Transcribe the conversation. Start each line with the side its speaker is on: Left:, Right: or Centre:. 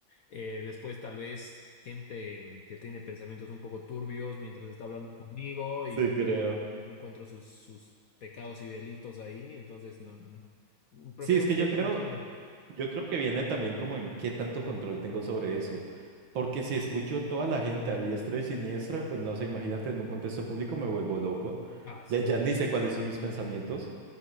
Left: Eh, después tal vez gente mm, que tiene pensamientos un poco turbios mientras está hablando conmigo
Right: Sí,
Left: y,
Right: creo.
Left: y yo me encuentro sus, sus pecados y delitos ahí, entonces no, no, no. Prefiero
Right: Sí, es que
Left: vivir
Right: yo creo,
Left: tranquilo.
Right: yo creo que viene también como en qué tanto control tengo sobre eso. Porque si escucho toda la gente a diestra y siniestra, pues no sé, imagínate en un contexto público me vuelvo loco.
Left: Ah, sí,
Right: Ya, ya ni sé cuáles son mis pensamientos.